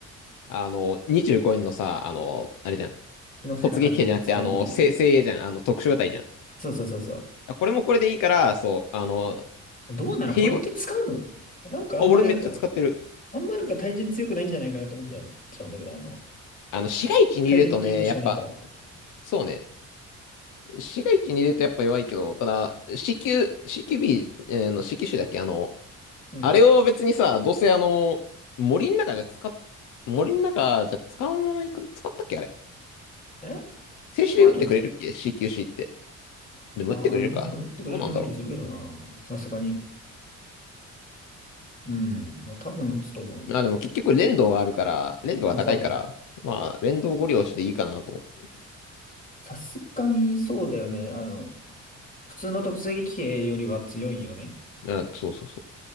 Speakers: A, on the left; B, on the left.
A: あの、25円のさ、あの、あれじゃん。
B: 気のせいな感じの立つタイプでいい。
A: 突撃兵じゃなくて、あの、精精鋭じゃん。あの、特殊部隊じゃん。
B: そうそうそうそう。
A: あこれもこれでいいから、そう、あの、
B: どうなのこれって使うのなんかあんまりなんか、
A: 平和、あ、俺めっちゃ使ってる。
B: あんまなんか対人強くないんじゃないかなと思っちゃうんだけど、あの、
A: あの、市街地に入れるとね、
B: 対人き1個しかねえから。
A: やっぱ、そうね。市街地に入れるとやっぱ弱いけど、ただ、CQ、CQB えーの CQ 種だっけあの、
B: うん。
A: あれを別にさ、どうせあの、森の中じゃ使っ、森の中じゃ使わないかね使ったっけあれ。
B: え
A: 静止で打ってくれるっけ
B: 使わねえのあれ。
A: ?CQC って。でも打ってくれるかどうなんだろ
B: ああ、どうなの打ってくれるような気するけどな。さすがに。うん、まあ、多分打つと思う。
A: う。まあでも結局連動があるから、連動が高いから、
B: まあそうね。
A: まあ連動ご利用しでいいかなと思って。
B: さすがにそうだよね。あの、普通の突撃兵よりは強いよね。
A: あ、そうそうそう。